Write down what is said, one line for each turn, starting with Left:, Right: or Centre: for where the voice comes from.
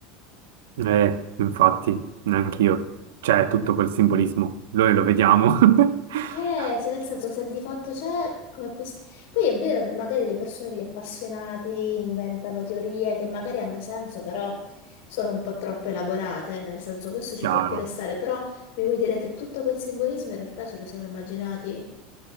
Right: Eh, infatti, neanche io. C'è tutto quel simbolismo, noi lo vediamo. <laughs>
Left: Eh, cioè nel senso, se di fatto c'è, com'è possibile? Poi è vero che magari le persone, gli appassionati, inventano teorie che magari hanno senso, però sono un po' troppo elaborate, eh, nel senso, questo ci
Right: Chiaro,
Left: può pure stare, però mi vuoi dire che tutto quel simbolismo in realtà ce lo siamo immaginati?